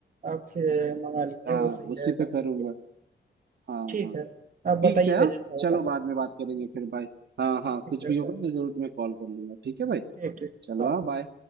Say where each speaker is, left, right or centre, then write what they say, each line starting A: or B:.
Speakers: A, on the right; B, on the right.
A: आप से मंगा लीजिए
B: हाँ
A: वो सही रहेगा
B: उसी पे
A: आपके
B: करूंगा
A: लिए
B: हाँ
A: ठीक
B: हाँ
A: है आप
B: ठीक
A: बताइएगा
B: है हाँ?
A: जैसा होगा
B: चलो बाद में बात करेंगे फिर भाई हाँ हाँ
A: ठीक
B: कुछ
A: है
B: भी होगा
A: bye।
B: मैं जरूर तुम्हें कॉल कर लूंगा ठीक है भाई
A: ठीक ठीक
B: चलो
A: बाय
B: हाँ बाय